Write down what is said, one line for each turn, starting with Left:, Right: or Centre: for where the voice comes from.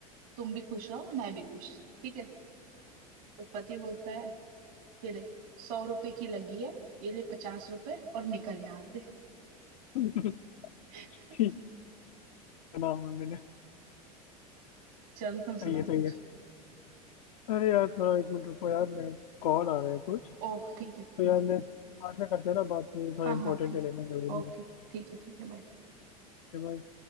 Right: तुम भी खुश रहो मैं भी खुश ठीक है तो पति बोलता है ये ले सौ रुपए की लगी है ये ले पचास रुपए और निकल यहाँ से
Left: <laughs>
Right: <laughs>
Left: ठीक सुना हुआ मैंने
Right: चल तुम
Left: सही
Right: सुनाओ
Left: है सही
Right: कुछ
Left: है अरे यार थोड़ा एक मिनट रुको यार मैं कॉल आ रहा है कुछ
Right: ओ ठीक है
Left: तो
Right: ठीक
Left: यार
Right: है
Left: मैं बाद में करते हैं ना बात नहीं थोड़ा
Right: हाँ
Left: इंपॉर्टेंट
Right: हाँ ठीक
Left: है लेना जरूरी
Right: ओके
Left: है
Right: ठीक है ठीक है बाय
Left: ठीक है भाई